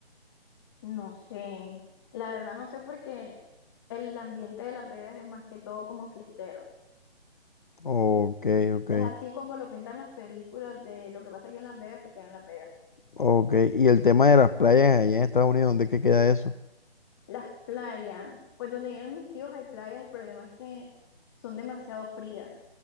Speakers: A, on the left; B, on the left.
A: <laughs> no sé. La verdad no sé porque el ambiente de Las Vegas es más que todo como fiestero.
B: Ok, ok,
A: Es así como lo pintan las películas de lo que pasa aquí en Las Vegas se queda en Las Vegas.
B: ok. Y el tema de las playas allá en Estados Unidos, ¿dónde es que queda eso?
A: Las playas, pues donde viven mis tíos hay playas, el problema es que son demasiado frías.